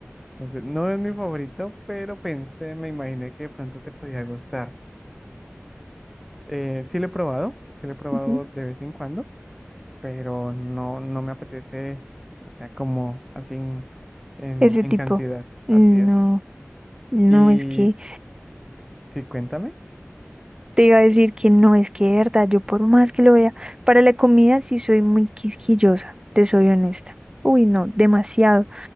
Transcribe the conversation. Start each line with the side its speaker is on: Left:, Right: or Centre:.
Centre: Entonces, no es mi favorito, pero pensé, me imaginé que de pronto te podía gustar. Eh, sí lo he probado, sí lo he probado
Right: Ujú.
Centre: de vez en cuando. pero no, no me apetece, o sea, como así en, en,
Right: Ese
Centre: en
Right: tipo.
Centre: cantidad, así
Right: No,
Centre: es.
Right: no,
Centre: Y
Right: es que...
Centre: sí, cuéntame.
Right: Te iba a decir que no, es que de verdad, yo por más que lo vea, para la comida sí soy muy quisquillosa, te soy honesta. Uy, no, demasiado.